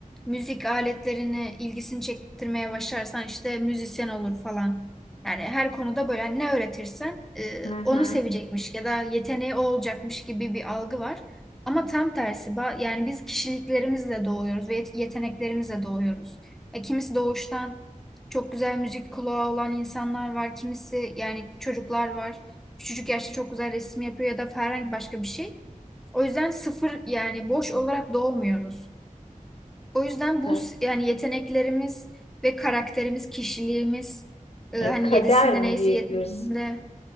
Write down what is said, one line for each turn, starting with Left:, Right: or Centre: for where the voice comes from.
Centre: Müzik aletlerini ilgisini çektirmeye başlarsan işte müzisyen olur falan. Yani her konuda böyle hani ne öğretirsen e,
Left: Hı hı.
Centre: onu sevecekmiş ya da yeteneği o olacakmış gibi bir algı var. Ama tam tersi ba- yani biz kişiliklerimizle doğuyoruz ve yet- yeteneklerimizle doğuyoruz. E, kimisi doğuştan çok güzel müzik kulağı olan insanlar var. Kimisi yani çocuklar var. Küçücük yaşta çok güzel resim yapıyor ya da herhangi başka bir şey. O yüzden sıfır yani boş olarak doğmuyoruz. O yüzden bu
Left: Evet.
Centre: s- yani yeteneklerimiz ve karakterimiz, kişiliğimiz e,
Left: E,
Centre: hani
Left: kader
Centre: yedisinde
Left: mi
Centre: neyse
Left: diyebiliriz?
Centre: yedisinde